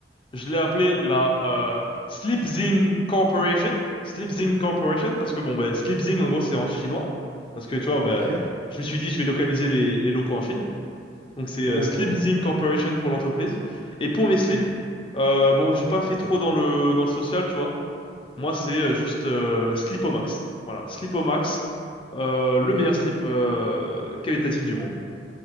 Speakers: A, on the left (about 30°); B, on the right (about 50°).
A: Je l'ai appelé la euh, Sleepzing Corporation. Sleepzing Corporation, parce que bon, ben, Sleepzing, en gros, c'est en chinois. Parce que tu vois,
B: Ok.
A: ben, je me suis dit, je vais localiser les, les locaux en Chine. Donc c'est
B: Ouais,
A: euh, Sleepzing
B: pour.
A: Corporation pour l'entreprise. Et pour mes
B: Ok.
A: slips, euh, bon, j'ai pas fait trop dans le, dans le social, tu vois. Moi, c'est euh, juste euh, Slipomax. Voilà, Slipomax, euh, le meilleur slip euh, qualitatif du monde.